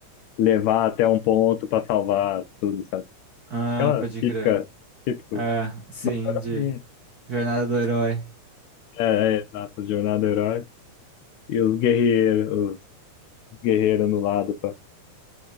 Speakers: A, on the left; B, on the right.
A: levar até um ponto para salvar tudo, sabe?
B: Ah,
A: Aquela
B: pode
A: típica,
B: crer.
A: típico.
B: É, sim,
A: Mas olha
B: de
A: ali.
B: Jornada do Herói.
A: É, é, exato, jornada do herói e os guerreiros, os guerreiros no lado, pá.